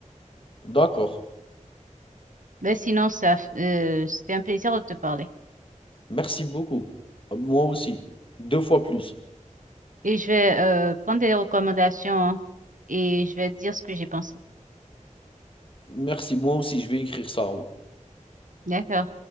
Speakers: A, on the left (about 40°); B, on the right (about 75°).
A: D'accord.
B: Mais sinon, ça, euh, c'était un plaisir de te parler.
A: Merci beaucoup. Moi aussi. Deux fois plus.
B: Et je vais euh, prendre des recommandations hein, et je vais te dire ce que j'ai pensé.
A: Merci, moi aussi, je vais écrire ça.
B: D'accord.